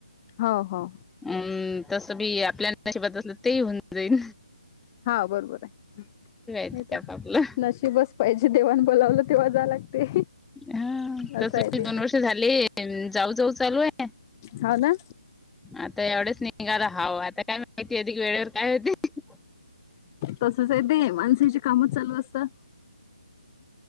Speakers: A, on the left (about 25°); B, in the centre.
A: हो हो
B: हम् तसं बी आपल्यानशीबत असलं ते होऊन जाईन.
A: हा बरोबर आहे.
B: ते आपापलं.
A: दिवस पाहिजे देवण बोलावलं तेव्हा जाव लागते.
B: हा तस
A: असं आहे
B: म
A: ते
B: दोन वर्ष झाले जाऊ जाऊ चालू आहे.
A: हो ना
B: आता एवढेच निघाला हव आता काय माहिती आहे वेळेवर काय होते.
A: तसच आहे ते माणसाचे कामच चालू असतात.